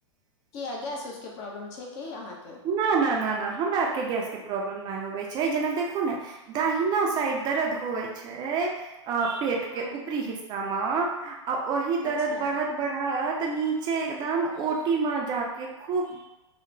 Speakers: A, on the left (about 40°); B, on the right (about 25°).
A: किया गैस उसके के प्रॉब्लम छै की अहाँके
B: ना ना ना हमरा आरके गैस के प्रॉब्लम नहि होबे छै जेना देखू ने दहिना साइड दरद होबै छै अ पेट
A: हँ
B: के ऊपरी हिस्सा म आ ओहि दरद
A: अच्छा
B: बढ़त बढ़त नीचे एकदम ओटी म जाके खूब